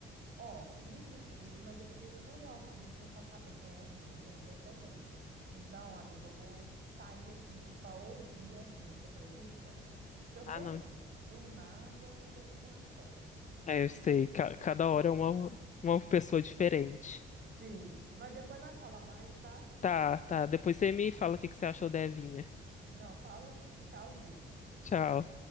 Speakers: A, on the right (about 60°); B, on the left (about 40°).
A: Ó, me desculpe, mas eu fiquei curiosíssima para saber quem é Evinha, gente. Tô sedenta. Então, amiga, eu vou sair aqui para ouvir Evinha, você acredita? Porque eu sou
B: Ah, não.
A: assim, do nada já me transformo.
B: É, eu sei. Ca- cada hora é uma, uma pessoa diferente.
A: Sim, mas depois nós fala mais, tá?
B: Tá, tá. Depois você me fala o que que você achou da Evinha.
A: Não, falo sim. Tchauzinho.
B: Tchau.